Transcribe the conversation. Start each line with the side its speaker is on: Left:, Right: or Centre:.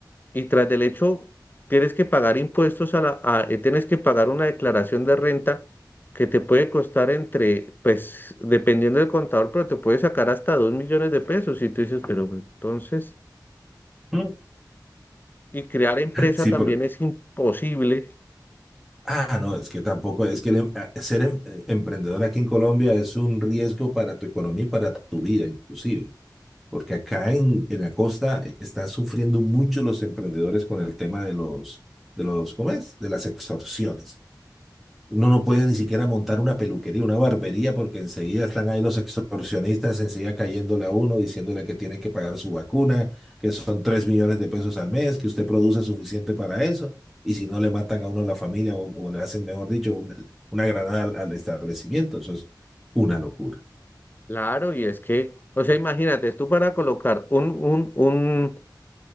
Left: y tras del hecho tienes que pagar impuestos a la, a- eh, tienes que pagar una declaración de renta que te puede costar entre, pues, dependiendo del contador, pero te puede sacar hasta dos millones de pesos. Y tú dices, pero pues, entonces,
Centre: Mm.
Left: y crear empresa
Centre: Sí,
Left: también
Centre: por...
Left: es imposible,
Centre: Ah, no, es que tampoco, es que el em- ah, ser em- eh, emprendedor aquí en Colombia es un riesgo para tu economía y para tu vida, inclusive. porque acá en, en la costa están sufriendo mucho los emprendedores con el tema de los, de los, ¿cómo es? De las extorsiones. Uno no puede ni siquiera montar una peluquería, una barbería, porque enseguida están ahí los extorsionistas, enseguida cayéndole a uno, diciéndole que tiene que pagar su vacuna, que son 3 millones de pesos al mes, que usted produce suficiente para eso, y si no le matan a uno la familia o, o le hacen, mejor dicho, un- una granada al, al establecimiento. Eso es una locura.
Left: claro, y es que, o sea, imagínate, tú para colocar un, un, un,